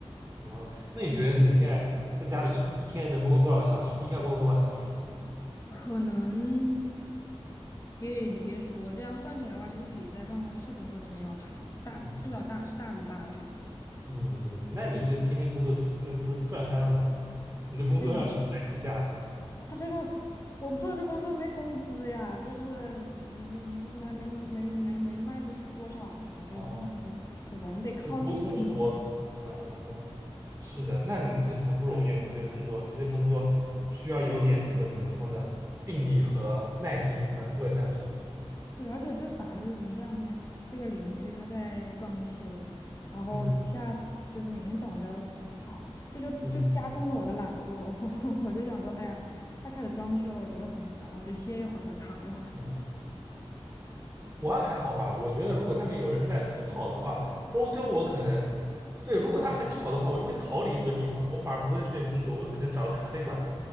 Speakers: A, on the right; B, on the left.
A: 嗯。哦，那你觉得你现在在家里一一天能工作多少个小时？一天要工作多少小时？
B: 可能，耶，你别说，这样算起来的话，其实比在办公室工作时间要长，大至少大是大于八个小时了。
A: 嗯嗯嗯，那你这天天工作，那不是赚翻了吗？<laughs> 你的工作让什么来计价的？
B: 没有。他这个我做这工作没工资呀，就是嗯这不是还没没没没卖出去多少呢嘛，这个工资对吧？
A: 哦
B: 你得靠利润嘛。
A: 就沟通的活，嗯嗯嗯，是的，那你这很不容易啊，你这个工作，你这个工作需要有点这个怎么说呢，定力和耐心才能做得下去。
B: 对，而且最烦的就是什么？这两天这个邻居他在装修，然后楼下就是每天早上都要除草，
A: 嗯
B: 这就就加重了我的懒惰。
A: 嗯
B: <laughs> 我我就想说，哎呀，他开始装修了，我觉得很烦，我就歇一会儿吧，躺一会儿吧。
A: 嗯，我啊还好吧，我觉得如果下面有人在除草的话，装修我可能，对，如果他很吵的话，我就会逃离这个地方，我反而不会在这边工作，我可能找个咖啡馆，